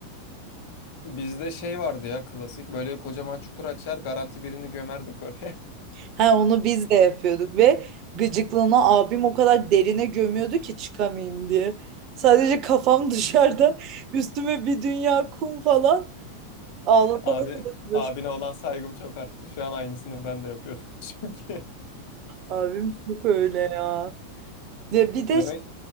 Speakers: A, on the left; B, on the right.
A: Bizde şey vardı ya klasik. Böyle kocaman çukur açar garanti birini gömerdik oraya.
B: Ha onu biz de yapıyorduk ve gıcıklığına abim o kadar derine gömüyordu ki çıkamayayım diye. Sadece kafam <laughs> dışarıda üstüme bir dünya kum falan ağlatana
A: Abi,
B: kadar uğraştım.
A: abine olan saygım çok arttı. Şu an aynısını ben de yapıyordum <laughs> çünkü.
B: Abim çok öyle ya. Ya bir de
A: Demek
B: şey